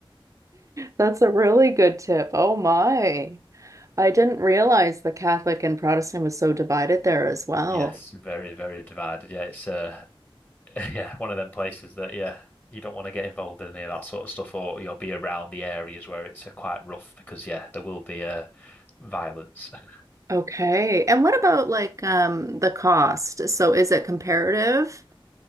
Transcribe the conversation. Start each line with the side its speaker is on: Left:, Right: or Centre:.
Right: That's a really good tip. Oh my. I didn't realize the Catholic and Protestant was so divided there as well.
Left: Yes, very, very divided. Yeah, it's uh, <laughs> yeah, one of them places that yeah, you don't want to get involved in any of that sort of stuff, or you'll be around the areas where it's uh, quite rough because yeah, there will be uh, violence. <laughs>
Right: Okay. And what about like um the cost? So is it comparative?